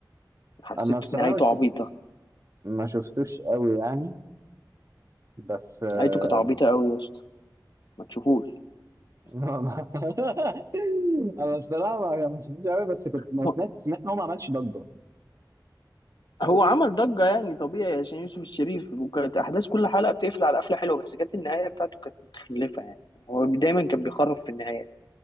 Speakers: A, on the left (about 70°); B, on the right (about 40°).
A: حسيت
B: انا الصراحة
A: نهايته
B: مش شف-
A: عبيطة
B: ما شفتوش قوي يعني بس آه،
A: نهايته كانت عبيطة قوي يا اسطى ما تشوفوش
B: ما ما <laughs> انا الصراحة ما ما شفتوش قوي بس كنت ما
A: هو
B: سمعت سمعت ان هو ما عملش ضجة
A: هو عمل ضجة يعني طبيعي عشان يوسف الشريف وكانت أحداث كل حلقة بتقفل على قفلة حلوة بس جت النهاية بتاعته كانت متخلفة يعني هو دايما كان بيخرف في النهايات